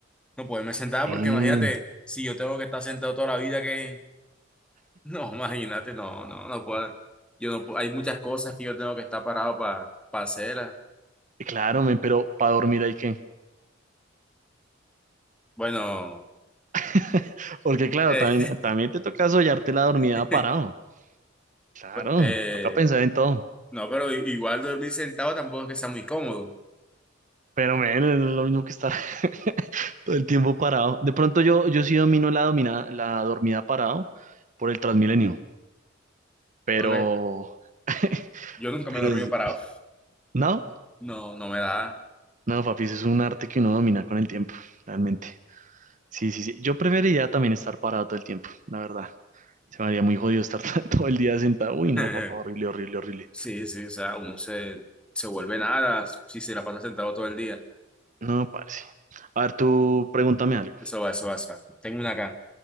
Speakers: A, in the centre; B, on the right.
A: no poderme sentar,
B: Bien.
A: porque imagínate, si yo tengo que estar sentado toda la vida, que, <laughs> no, imagínate, no, no, no puedo. Yo no, pu- hay muchas cosas que yo tengo que estar parado para hacer. ah,
B: Claro, men, pero para dormir hay que.
A: Bueno,
B: <laughs> Porque claro,
A: eh,
B: también, también te toca soñarte la dormida
A: <laughs>
B: parado. Claro,
A: eh,
B: toca pensar en todo.
A: No, pero i- igual dormir sentado tampoco es que sea muy cómodo.
B: Pero men, es lo mismo que estar <laughs> todo el tiempo parado. De pronto yo, yo sí domino la, domina, la dormida parado por el Transmilenio. Pero,
A: Porque
B: <laughs>
A: yo nunca me
B: pero
A: he dormido
B: es-
A: parado.
B: no,
A: No, no me da.
B: no, papi, eso es un arte que uno domina con el tiempo, realmente. Sí, sí, sí. Yo preferiría también estar parado todo el tiempo, la verdad. Se me haría muy jodido estar <laughs> todo el día sentado. Uy,
A: <laughs>
B: no, papá, horrible, horrible, horrible.
A: Sí, sí, o sea, uno se, se vuelve nada si se la pasa sentado todo el día.
B: No, parce. A ver, tú pregúntame algo.
A: Eso va, eso va, eso va. Tengo una acá.